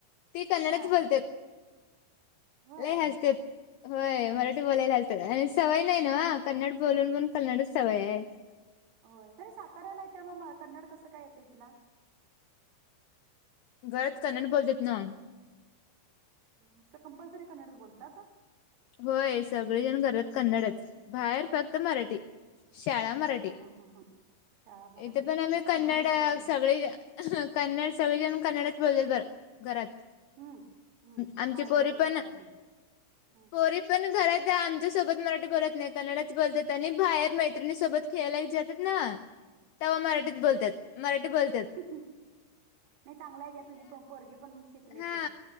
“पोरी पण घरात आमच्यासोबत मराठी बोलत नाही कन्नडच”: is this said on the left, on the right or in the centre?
Left